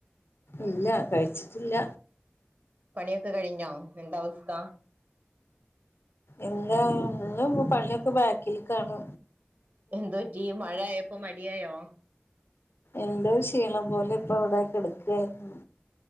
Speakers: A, on the left; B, on the right.
A: ഇല്ല കഴിച്ചിട്ടില്ല
B: പണിയൊക്കെ കഴിഞ്ഞോ എന്ത അവസ്ഥ
A: ഇല്ല എല്ലാ ഇപ്പ പണിയൊക്കെ ബാക്കിൽ ക്കാണ്
B: എന്തോപറ്റി മഴയായപ്പോ മടിയായോ
A: എന്തോ ക്ഷീണം പോലെ ഇപ്പ അവിടെ കെടക്കയായിരുന്നു